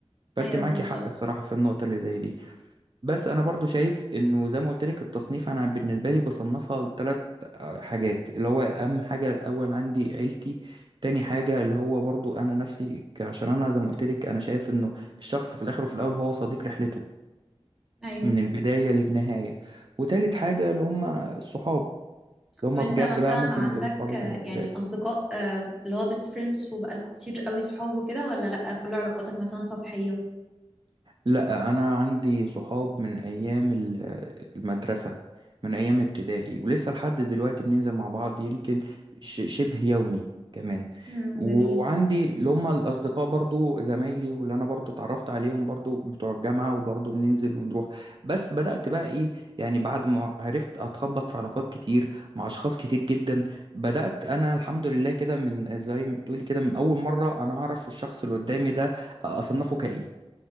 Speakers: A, on the right; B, in the centre.
A: فانت
B: ايوه
A: معاكي
B: بالظبط
A: حق الصراحة في النقطة اللي زي دي بس انا برضو شايف انه زي ما قلت لك التصنيف انا بالنسبه لي بصنفها لثلاث حاجات اللي هو اهم حاجه الاول عندي عيلتي تاني حاجه اللي هو برضو انا نفسي ك- عشان انا زي ما قلت لك انا شايف انه الشخص في الاخر وفي الاول هو صديق رحلته
B: ايوه
A: من البدايه للنهايه وتالت حاجه اللي هم الصحاب اللي
B: طب
A: هم
B: انت
A: بجد
B: مثلا
A: بقى ممكن
B: عندك
A: تبقوا صحابك
B: آه،
A: من البدايه
B: يعني اصدقاء آه، اللي هو بيست فريندز وبقالكوا كتير قوي صحاب وكده ولا لا كل علاقاتك مثلا سطحية
A: لا انا عندي صحاب من ايام ال- المدرسه من ايام ابتدائي ولسه لحد دلوقتي بننزل مع بعض يمكن ش- شبه يومي كمان
B: امم
A: و-
B: جميل
A: وعندي اللي هم الاصدقاء برضو زمايلي واللي انا برضو اتعرفت عليهم برضو بتوع الجامعه وبرضو بننزل ونروح بس بدات بقى ايه يعني بعد ما عرفت اتخبط في علاقات كتير مع اشخاص كتير جدا بدات انا الحمد لله كده من زي ما بتقولي كده من اول مره انا اعرف الشخص اللي قدامي ده اصنفه كايه